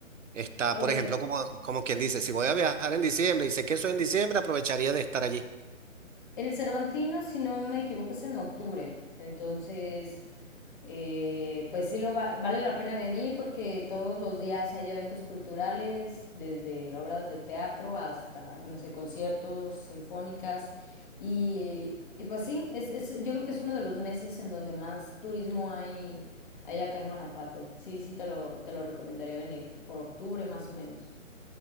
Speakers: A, on the right (about 65°); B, on the left (about 40°).
A: está,
B: Eh,
A: por ejemplo, como, como quien dice, si voy a viajar en diciembre y sé que eso es en diciembre, aprovecharía de estar allí?
B: El Cervantino, si no me equivoco, es en octubre. Entonces, eh, pues sí lo va- vale la pena venir porque todos los días hay eventos culturales, desde obras de teatro hasta, no sé, conciertos, sinfónicas. Y, y pues sí, es, es- yo creo que es uno de los meses en donde más turismo hay, hay acá en Guanajuato. Sí, sí te lo, te lo recomendaría venir, por octubre más o menos.